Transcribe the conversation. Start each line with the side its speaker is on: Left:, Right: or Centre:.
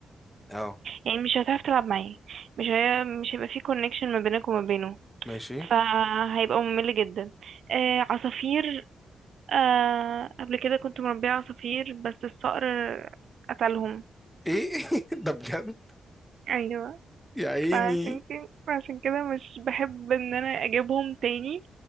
Centre: اه
Right: يعني مش هتعرف تلعب معاه مش هي... مش هيبقى فيه كونكشن ما بينك وما بينه
Centre: ماشي ايه
Right: فهيبقى ممل جدا آه، عصافير آه قبل كده كنت مربية عصافير بس الصقر قتلهم
Centre: <laughs> ده بجد
Right: ايوه
Centre: يا عيني
Right: فعشان كده عشان كده مش بحب ان انا اجيبهم تاني